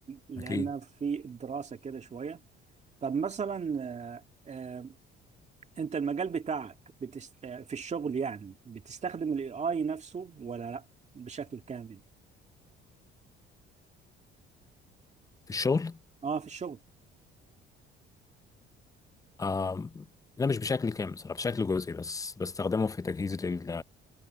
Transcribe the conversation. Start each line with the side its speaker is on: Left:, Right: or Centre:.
Right: لأن
Left: اكيد
Right: في الدراسة كده شوية طب مثلا آه، آه، انت المجال بتاعك بتست... في الشغل يعني بتستخدم الاي اي نفسه ولا لا بشكل كامل
Left: في الشغل
Right: اه في الشغل
Left: آم، لا مش بشكل كامل صراحة بشكل جزئي بس بستخدمه في تجهيز لل